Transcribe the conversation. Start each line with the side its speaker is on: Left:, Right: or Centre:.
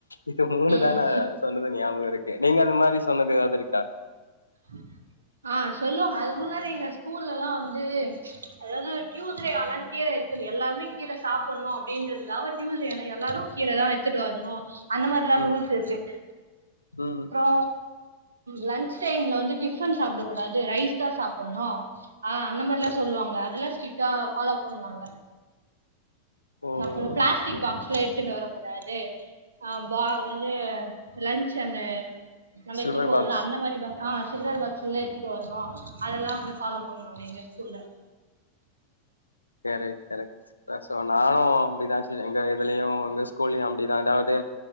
Left: இது மூணுதா
Right: ம்
Left: நா சொன்னது ஞாபக இருக்கே நீங்க அந்த மாரி சொன்னது எதாவது இருக்கா
Right: உ <inaudible> ஆ சொல்லுவாங்க அதுக்கு முன்னாடி எங்க ஸ்கூல்ல எல்லா வந்து அதாவது டியூஸ்டே ஆனா கீர எல்லாருமே கீர சாப்பிடணு அப்படின்றதுகாகவே டியூஸ்டே எல்லாரு கீரதா எத்துட்டு வரணு அந்த மாரில்லா
Left: ம்
Right: ரூல்ஸ் இருக்கு
Left: ம்
Right: அப்றோ லன்ச் டைம்ல வந்து டிஃபன் சாப்பிடக் கூடாது ரைஸ் தா சாப்பிட்ணு ஆ அந்த மாரில்லா சொல்லுவாங்க அதெல்லா ஸ்ட்ரிட்டா பாலோ பண்ணுவாங்க
Left: ஓ
Right: அப்றோ பிளாஸ்டிக்
Left: ஓகே
Right: பாக்ஸ்ல எடுத்துட்டு வர கூடாது அம் வா என்னது லன்ச் அந்த நம்ம
Left: சில்வர்
Right: எத்துட்டு போவோம்ல
Left: பாக்ஸ்
Right: அந்த மாரி பாக் ஆ சில்வர் பாக்ஸ்ல்லதா எடுத்துட்டு வரணு அதெல்லா வந்து ஃபாலோ பண்ணுவாங்க எங்க ஸ்கூல்ல <inaudible>
Left: <unintelligible> சோ நானு அப்பிடிதா சிஸ்டர் எங்க இதுலயு எங்க ஸ்கூல்லயு அப்டிதா எதாவது